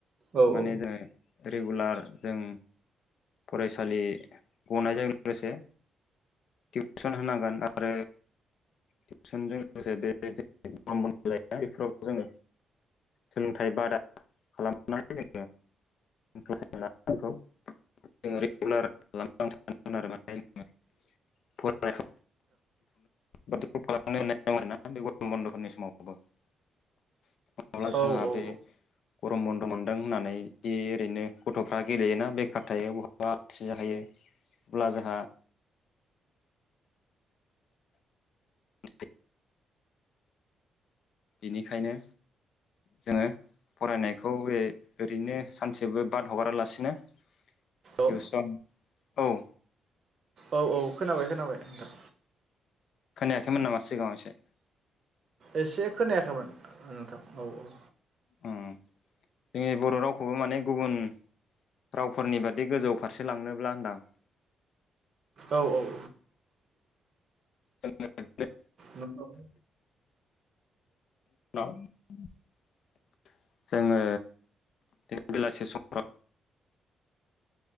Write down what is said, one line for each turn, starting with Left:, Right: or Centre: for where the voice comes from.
Right: औ
Left: माने जोङो रेगुलार जों फरायसालि गनायजों लोगोसे टिउसन होनांगोन आरो टिउसनजों लोगोसे बे <inaudible> बेफोराव जोङो सोलोंथाइ बादा खालामनानै जोङो रेगुलार आरो <inaudible> नायखौ <inaudible> <unintelligible> <inaudible> बे गरम बन्द'फोरनि समावबो नङाब्ला जोंहा
Right: औ
Left: बे गरम बन्द' मोन दों होननानै दि ओरैनो गथ'फ्रा गेलेयोना बेखार थायो बहाबा आलासि जाहैयो अब्ला जोंहा <inaudible> बेनिखायनो जोङो फरायनायखौ बे ओरैनो सानसेबो बाद हगारालासिनो टिउसन
Right: औ
Left: औ
Right: औ औ खोनाबाय खोनाबाय नोंथां
Left: खोनायाखैमोन नामा सिगाङाव एसे
Right: एसे खोनायाखैमोन नोंथां औ औ
Left: अ जोंनि बर' रावखौबो माने गुबुन रावफोरनि बादि गोजौ फारसे लांनोब्ला होनदां
Right: औ औ
Left: जोङो
Right: नंगौ
Left: <inaudible> जोङो बे बेलासि समफ्राव